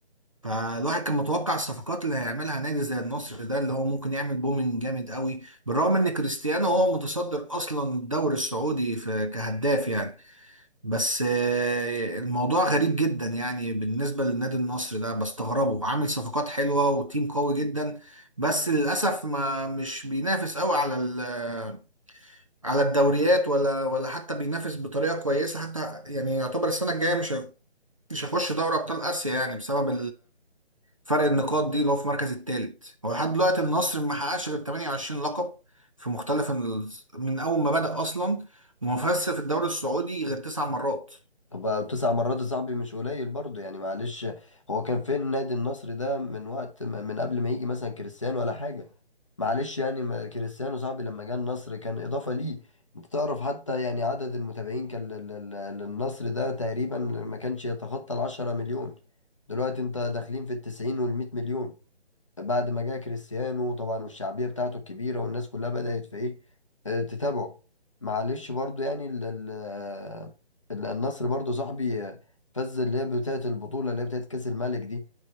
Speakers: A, on the right; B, on the left.
A: فالواحد كان متوقع الصفقات اللي هيعملها نادي زي النصر ده اللي هو ممكن يعمل بومينج جامد قوي بالرغم ان كريستيانو هو متصدر اصلا الدوري السعودي في كهداف يعني بس آه، الموضوع غريب جدا يعني بالنسبة للنادي النصر ده بستغربه عامل صفقات حلوة وتيم قوي جدا بس للأسف ما مش بينافس قوي على ال- آه، على الدوريات ولا ولا حتى بينافس بطريقة كويسة حتى يعني يعتبر السنة الجاية مش هي- مش هيخش دوري أبطال آسيا يعني بسبب فرق النقاط دي اللي هو في المركز الثالث هو لحد دلوقتي النصر ما حققش غير 28 لقب في مختلف ال... من اول ما بدأ اصلا وما فازش في الدوري السعودي غير تسع مرات
B: طب بقى تسع مرات يا صاحبي مش قليل برضه يعني معلش هو كان فين النادي النصر ده من وقت ما- من قبل ما يجي مثلا كريستيانو ولا حاجة معلش يعني ما كريستيانو صاحبي لما جه النصر كان إضافة ليه انت تعرف حتى يعني عدد المتابعين كان لل- لل- للنصر ده تقريبا ما كانش يتخطى العشرة مليون دلوقتي انت داخلين في التسعين والمئة مليون بعد ما جه كريستيانو طبعا والشعبية بتاعته الكبيرة والناس كلها بدأت في ايه آه، تتابعه معلش برضو يعني ال- ال- آه، ال- النصر برضو صاحبي آه، فز اللي هي بتاعة البطولة اللي هي بتاعة كأس الملك دي